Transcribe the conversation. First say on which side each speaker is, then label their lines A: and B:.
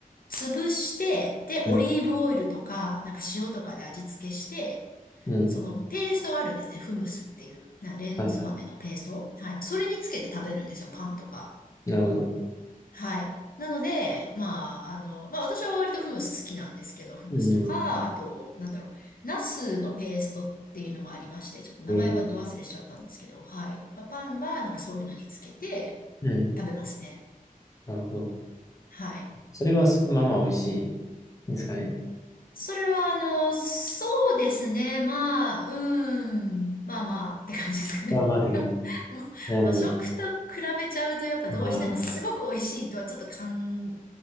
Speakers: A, on the left (about 80°); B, on the left (about 20°).
A: 潰して、で、
B: うん。
A: オリーブオイルとか、なんか塩とかで味付けして、
B: うん。
A: そのペーストがあるんですね。フムスっていう、なレンズ豆のペースト。
B: はいは
A: はい。それにつけて食べるんですよ、パンとか。
B: い。なるほど。
A: はい。なので、まあ、あの、まあ私は割とフムス好きなんですけど、フムスとか、
B: うん。
A: あと、なんだろう、ナスのペーストっていうのもありまして、ちょっと名前はど忘れしちゃったんですけど、
B: えー
A: はい。まあ、パンはなんかそういうのにつけて
B: うん。
A: 食べますね。
B: なるほど。
A: はい。
B: それは、すまあまあ美味しいですかね。
A: それは、あの、そうですね。まあ、うん。まあまあ、って感じですかね。
B: まあまあ、てか、
A: <laughs> もう、
B: なるほど。
A: 和食と比べちゃうと、やっぱどうしてもすごく美味しいとはちょっと感、
B: ああ、